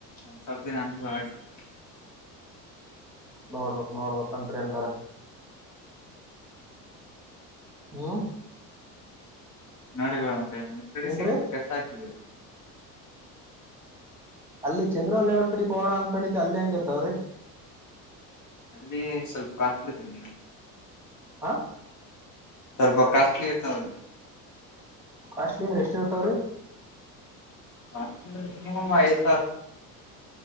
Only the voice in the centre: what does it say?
ನೋಡ್ಬಕ್ ನೋಡ್ಬಕ್ ಅಂತ್ರಿ ಹೆಂಗಾರ ಹ್ಮ
ಏನ್ರೀ
ಅಲ್ಲಿ ಚಂದ್ರ ಅಲ್ಲೇ ಒಟ್ ಕಡೆ ಹೋಣ ಅನ್ಕೊಂಡಿದ್ದ ಅಲ್ಲಿ ಹಂಗ ಇರ್ತಾವ್ರೀ
ಹಾ
ಕಾಸ್ಟ್ಲಿ ಅ್ರ ಎಷ್ಟ ಇರ್ತಾವ ರೀ